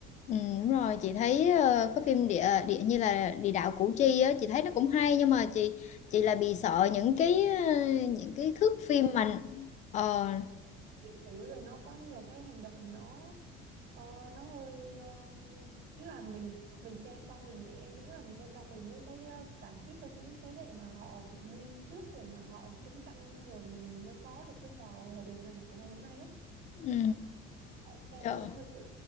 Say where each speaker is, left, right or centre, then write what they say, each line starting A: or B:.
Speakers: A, on the left (about 35°); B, on the right (about 60°).
A: ừ đúng rồi chị thấy ờ, có phim địa địa như là địa đạo Củ Chi á chị thấy nó cũng hay nhưng mà chị chị là bị sợ những cái ờ, những cái thước phim mà Ờ
B: lịch sử rồi nó có nhiều cái hành động mà nó ờ, nó hơi ờ, ý là mình mình xem xong thì em nghĩ là mình xem xong mình mới thấy ờ, cảm kích cho những cái thế hệ mà họ đi trước để mà họ chiến tranh rồi mình mới có được cái hòa hòa bình ngày- của ngày hôm nay á
A: Ừ,
B: đó. em xem
A: trời!
B: em cũng hơi sợ